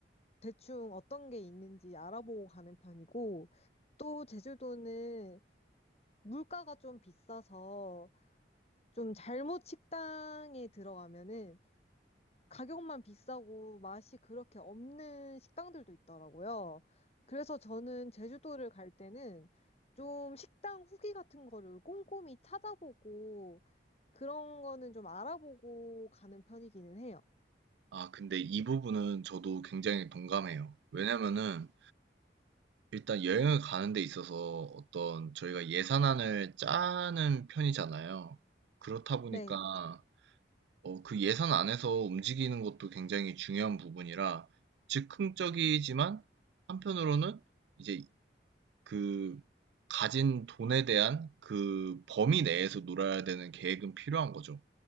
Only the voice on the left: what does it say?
대충 어떤 게 있는지 알아보고 가는 편이고 또 제주도는 물가가 좀 비싸서 좀 잘못 식당에 들어가면은 가격만 비싸고 맛이 그렇게 없는 식당들도 있더라고요. 그래서 저는 제주도를 갈 때는 좀 식당 후기 같은 거를 꼼꼼히 찾아보고 그런 거는 좀 알아보고 가는 편이기는 해요.
네,